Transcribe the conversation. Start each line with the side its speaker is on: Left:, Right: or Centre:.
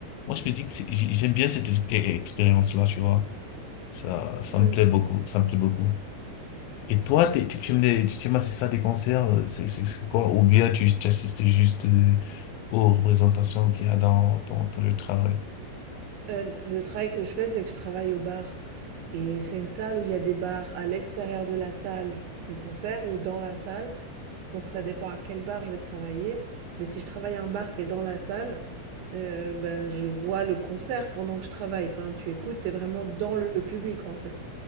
Left: Moi, je me dis que c'est- j'ai- j'aime bien cette ex- é- expérience-là, tu vois. Ça, ça
Right: Mmh
Left: me
Right: mh.
Left: plaît beaucoup, ça me plaît beaucoup. Et toi, t'es- tu tu aimes les, tu tu aimes assister à des concerts, euh, c'est, c'est c'est quoi? Ou bien tu, tu assistes juste euh, aux représentations qu'il y a dans ton, ton lieu de travail?
Right: le travail que je fais, c'est que je travaille au bar et c'est une salle où il y a des bars à l'extérieur de la salle de concert ou dans la salle Donc ça dépend à quel bar je vais travailler. Mais si je travaille un bar qui est dans la salle, euh, ben, je vois le concert pendant que je travaille. Enfin, tu écoutes, tu es vraiment dans le public en fait.